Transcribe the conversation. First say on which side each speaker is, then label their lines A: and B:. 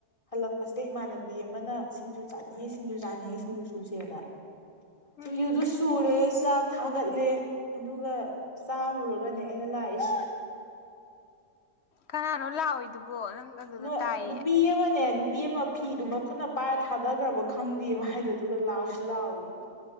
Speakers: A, on the left (about 25°); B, on the left (about 60°).
A: ꯍꯜꯂꯛꯄꯁꯤꯗ ꯏꯃꯥꯟꯅꯕꯤ ꯑꯃꯅ ꯁꯤꯡꯖꯨ ꯆꯥꯅꯤꯡꯉꯦ ꯁꯤꯡꯖꯨ ꯆꯥꯅꯤꯡꯉꯦ ꯁꯤꯡꯖꯨ ꯁꯨꯖꯦꯅ ꯁꯤꯡꯖꯨꯗꯨ
B: ꯎꯝ
A: ꯁꯨꯔꯦ ꯆꯥꯛ ꯊꯥꯒꯠꯂꯦ ꯑꯗꯨꯒ ꯆꯥꯔꯨꯔꯒꯅꯦ ꯑꯩꯅ ꯂꯥꯛꯏꯁꯦ
B: ꯀꯅꯥꯅꯣ ꯂꯥꯎꯋꯤꯗꯨꯕꯣ ꯅꯪ ꯑꯗꯨꯗ
A: ꯅꯣꯏ
B: ꯇꯥꯏꯌꯦ
A: ꯅꯨꯄꯤ ꯑꯃꯅꯦ ꯅꯨꯄꯤ ꯑꯃ ꯐꯤꯗꯨ ꯃꯈꯨꯠꯅ ꯄꯥꯏꯔ ꯊꯥꯗꯒ꯭ꯔꯕ ꯈꯪꯗꯦꯌꯦ ꯃꯥꯏꯗꯣ ꯑꯗꯨꯒ ꯂꯥꯎꯁꯨ ꯂꯥꯎꯔꯤꯌꯦ